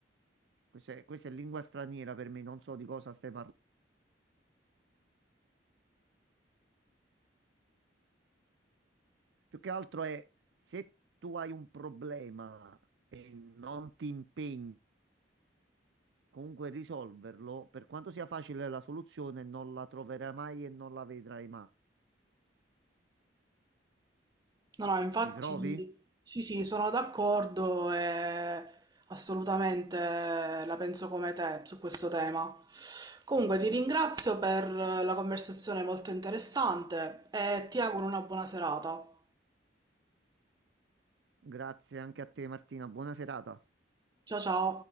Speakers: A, on the right; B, on the right.
A: questa è, questa è lingua straniera per me, non so di cosa stai parlando. Più che altro è se tu hai un problema e non ti impegni comunque a risolverlo, per quanto sia facile la soluzione, non la troverai mai e non la vedrai mai.
B: No, no, infatti
A: Ti trovi?
B: sì, sì, sono d'accordo e assolutamente la penso come te su questo tema. Comunque ti ringrazio per la conversazione molto interessante e ti auguro una buona serata.
A: Grazie anche a te, Martina. Buona serata.
B: Ciao ciao.